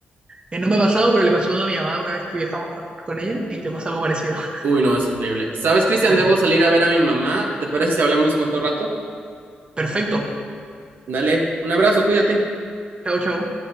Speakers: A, on the right; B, on the right.
A: Eh, no me ha pasado, pero le pasó a mi mamá una vez que viajamos con, con ella y le pasó algo parecido. <laughs>
B: Uy, no, es horrible. ¿Sabes, Cristian?
A: Terrible.
B: Debo salir a ver a mi mamá. ¿Te parece si hablamos en otro rato?
A: Perfecto.
B: Dale, un abrazo, cuídate.
A: Chau, chau.